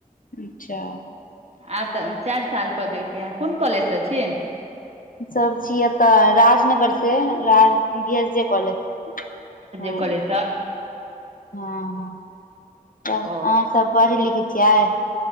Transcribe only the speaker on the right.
आब तऽ चारि साल कऽ देलकै ये कोन कॉलेजसँ छी
कलेज
ओ